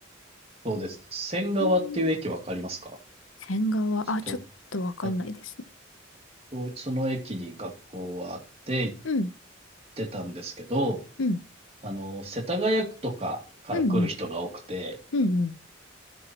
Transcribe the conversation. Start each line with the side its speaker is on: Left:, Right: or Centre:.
Right: そうです。仙川っていう駅わかりますか
Left: うん。仙川、あ、
Right: と、
Left: ちょっとわかんないですね。
Right: あ、そうその駅に学校はあって行っ
Left: うん
Right: てたんですけど、
Left: うん。
Right: あの、世田谷区とかから来る人が多くて、
Left: うんうん。うんうん。